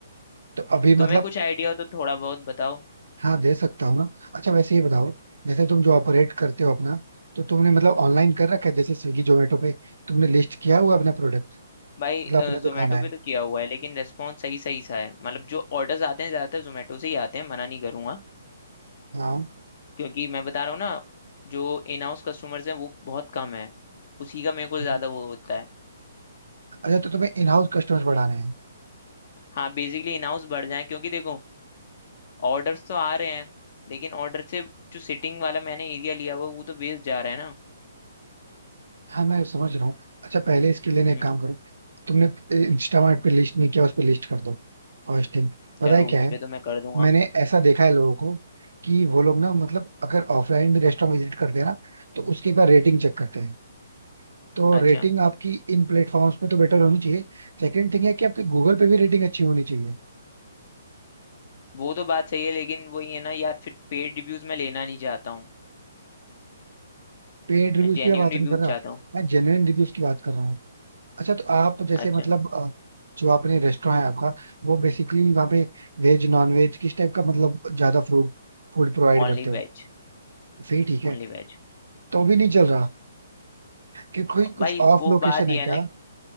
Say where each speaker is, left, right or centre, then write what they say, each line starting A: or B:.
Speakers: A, on the right; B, on the left.
A: तो अभी
B: तुम्हें
A: मतलब
B: कुछ आइडिया हो तो थोड़ा बहुत बताओ
A: हाँ दे सकता हूँ ना अच्छा वैसे ये बताओ जैसे तुम जो ऑपरेट करते हो अपना तो तुमने मतलब ऑनलाइन कर रखा है जैसे स्विगी जोमेटो पे तुमने लिस्ट किया हुआ अपना प्रोडक्ट
B: भाई
A: मतलब अपना जो
B: जोमेटो
A: खाना है
B: पे तो किया हुआ है लेकिन रेस्पॉन्स सही सही सा है मतलब जो ऑर्डर्स आते हैं ज्यादातर जोमेटो से ही आते हैं मना नहीं करूंगा
A: हाँ
B: क्योंकि मैं बता रहा हूँ ना जो इन हाउस कस्टमर्स हैं वो बहुत कम है उसी का मेरे को
A: हम्म।
B: ज्यादा वो होता है
A: अच्छा तो तुम्हें इन हाउस कस्टमर्स बढ़ाने हैं
B: हाँ बेसिकली इन हाउस बढ़ जाए क्योंकि देखो ऑर्डर्स तो आ रहे हैं लेकिन ऑर्डर से जो सिटिंग वाला मैंने एरिया लिया हुआ है, वो तो वेस्ट जा रहा है ना
A: हाँ मैं समझ रहा हूँ अच्छा पहले इसके लिए ना
B: हम्म,
A: एक काम करो तुमने इंस्टामार्ट पे लिस्ट नहीं किया उस पे लिस्ट कर दो First thing पता
B: चलो
A: है क्या
B: उस
A: है
B: पे तो मैं कर दूंगा
A: मैंने ऐसा देखा है लोगों को कि वो लोग ना मतलब अगर ऑफलाइन भी रेस्टोरेंट विजिट करते हैं ना तो उसकी एक बार रेटिंग चेक करते हैं तो
B: अच्छा
A: रेटिंग आपकी इन प्लेटफॉर्म्स पे तो बेटर होनी चाहिए सेकंड थिंग है कि आपकी गूगल पे भी रेटिंग अच्छी होनी चाहिए
B: वो तो बात सही है लेकिन वही है ना यार फिर पेड रिव्यूज मैं लेना नहीं चाहता हूँ
A: पेड रिव्यूज
B: मैं जेन्यून
A: की मैं बात
B: रिव्यूज
A: नहीं कर रहा
B: चाहता हूँ
A: मैं जेन्युइन रिव्यूज की बात कर रहा हूँ अच्छा तो आप जैसे
B: अच्छा
A: मतलब अ, जो आपने रेस्टोरेंट है आपका वो बेसिकली वहाँ पे वेज नॉन वेज किस टाइप का मतलब ज्यादा फूड फूड प्रोवाइड
B: Only
A: करते हो
B: veg
A: फिर ठीक है
B: Only veg
A: तो भी नहीं चल रहा कि कोई
B: भाई
A: कुछ ऑफ
B: वो
A: लोकेशन
B: बात ही
A: है
B: है
A: क्या
B: ना